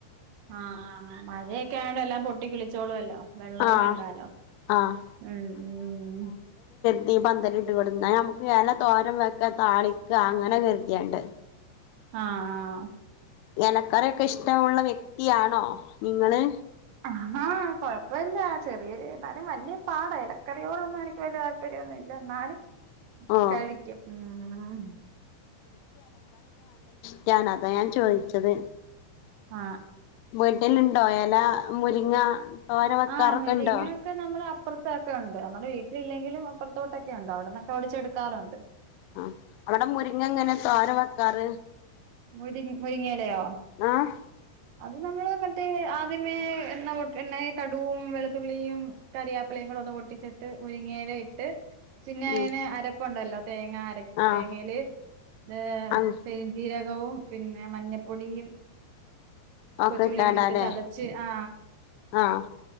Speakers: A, on the right; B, on the left.
A: ആ ആ മഴയൊക്കെ ആയൊണ്ട് എല്ലാം പൊട്ടിക്കിളിച്ചോളും അല്ലോ വെള്ളവും
B: ആഹ്
A: വേണ്ടാലോ
B: ആഹ്
A: ഉം ഉം
B: ത്തി പന്തലിട്ട് കൊട്ന്നാ നമ്മ്ക്ക് എല തോരം വെക്ക താളിക്ക അങ്ങനെ കര്തിയാണ്ട്
A: ആ ആ
B: എലക്കറി ഒക്കെ ഇഷ്ടമുള്ള വ്യക്തിയാണോ നിങ്ങള്
A: ആ കൊഴപ്പല്ലാ ചെറിയൊര്ന്നാലും വല്യ പാടാ എലക്കറിയോടൊന്നും എനിക്ക് വല്യ താല്പര്യോന്നും ഇല്ല ഇന്നാലും
B: ഓഹ്
A: കഴിക്കും ഉം
B: ട്ടാണ് അതാ ഞാൻ ചോയിച്ചത്
A: ആ
B: വീട്ടില് ഇണ് ണ്ടോ എല മുരിങ്ങ തോര വെക്കാറൊക്കെ
A: ആ മുരിങ്ങ
B: ഉണ്ടോ
A: ഒക്കെ നമ്മളെ അപ് അപ്രത്തൊക്കെ ഉണ്ട് നമ്മടെ വീട്ടിൽ ഇല്ലെങ്കിലും അപ്ര തോട്ടൊക്കെ ഉണ്ടോ അവിട്ന്നൊക്കെ ഒടിച്ചെട് ക്കാറുണ്ട്
B: ആ അവിടെ മുരിങ്ങ എങ്ങനെ തോരം വെക്കാറ്
A: മുരി മുരിങ്ങയെലയോ
B: ആഹ്
A: അത് ഞമ്മൾ വെ ട്ട് ആദ്യമേ എണ്ണ പോട്ട് എണ്ണ കട്കും വെളുത്തുള്ളിയും കറിയാപ്പിലയും കൂടെ ഒന്ന് പൊട്ടിച്ചിട്ട് മുരിങ്ങേല ഇട്ട് പിന്നെ
B: ഉം
A: അയിന് അരപ്പുണ്ടല്ലോ തേങ്ങഅര
B: ആഹ്
A: തേങ്ങയില് ന്ന്
B: അങ്ങ്
A: പെരിഞ്ചീരം ള്ളവും പിന്നെ മഞ്ഞപ്പൊടിയും
B: ഒക്കെ
A: കൊച്ചുള്ളിക്കൂടി
B: ഇട്ടാണ്ടാല്ലേ
A: ഇട്ട് ചതച്ച് ആ
B: ആഹ്